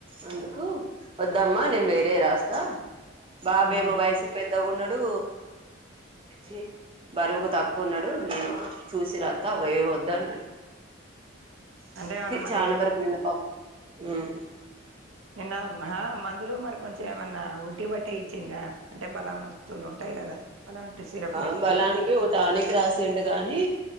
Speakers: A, on the right; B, on the right.
A: అందుకు కు వద్దమ్మా నిన్ వే రే రాస్తా బాబేమో
B: ఉమ్
A: వయసు పెద్దగా ఉన్నాడు డు బరువుకు తక్కువ ఉన్నాడు నేను చూసి రాత్తా అవేవి వద్దన్నాడు
B: అంటే ఎవనమాట్
A: శానవరకి ఉన్నది పాపం ఉమ్
B: నిన్న అహ మందులు మరి కొంచెం ఏమన్నా ఒంటి బట్టే ఇచ్చింద అంటే బలం వస్తువులు ఉంటాయి కదా అలాంటి సిరపులయి
A: ఆ బలానికి ఒక టానిక్ రాసిండు గాని